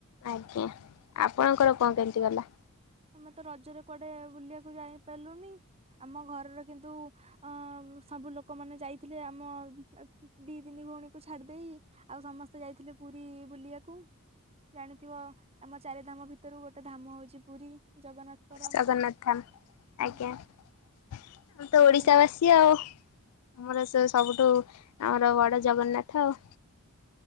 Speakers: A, on the left (about 85°); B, on the right (about 25°).
A: ଆଜ୍ଞା ଆପଣଙ୍କର କଣ କେମିତି ଗଲା।
B: ଆମେ ତ ରଜରେ କୁଆଡେ ବୁଲିବାକୁ ଯାଇପାରିଲୁନି ଆମ ଘରର କିନ୍ତୁ ଅ ସବୁ ଲୋକମାନେ ଯାଇଥିଲେ ଆମ ଦି ତିନି ଭଉଣୀକୁ ଛାଡି ଦେଇ। ଆଉ ସମସ୍ତେ ଯାଇଥିଲେ ପୁରୀ ବୁଲିଆକୁ। ଜାଣିଥିବ ଆମ ଚାରି ଧାମ ଭିତରୁ ଗୋଟେ ଧାମ ହଉଛି ପୁରୀ ଜଗନ୍ନାଥଙ୍କର
A: ଜଗନ୍ନାଥ ଥାମ
B: ହୁଁ
A: ଆଜ୍ଞା। ଆମେ ତ
B: ସେଠି
A: ଓଡିଶା ବାସୀ ଆଉ ଆମର ସ୍ ସବୁଠୁ ଆମର ବଡ଼ ଜଗନ୍ନାଥ ଆଉ।